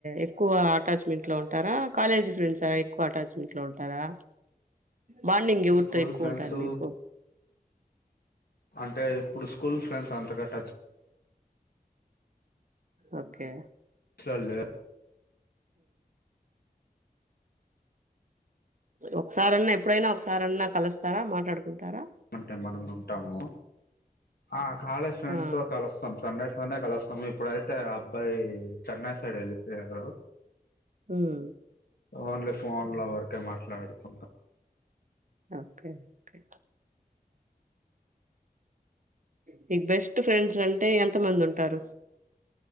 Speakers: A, on the right; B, on the left.
A: ఎక్కువా అటాచ్మెంట్ లో ఉంటారా కాలేజీ ఫ్రెండ్స్ ఎక్కువ అటాచ్మెంట్ లో ఉంటారా బాండింగ్ ఎవురుతో
B: స్కూల్
A: ఎక్కువ
B: ఫ్రెండ్స్
A: ఉంటది మీకు
B: అంటే ఇప్పుడు స్కూల్ ఫ్రెండ్స్ అంతగా టచ్
A: ఓకే
B: చ్లా లే
A: ఒకసారన్నా ఎప్పుడైనా ఒకసారన్నా కలుస్తారా మాట్లాడుకుంటారా
B: ఉంటే మనం ఉంటాము ఆ కాలేజ్ ఫ్రెండ్స్
A: ఆ
B: తో కలుస్తాం సండె డే కలుస్తాము ఇప్పుడైతే ఆ అబ్బాయి చెన్నై సైడ్ వెళ్ళిపోయారు
A: ఉమ్
B: ఓన్లీ ఫోన్లావర్ కే మాట్లాడుకుంటాం
A: ఒకే కే మీక్ బెస్ట్ ఫ్రెండ్స్ అంటే ఎంత మంది ఉంటారు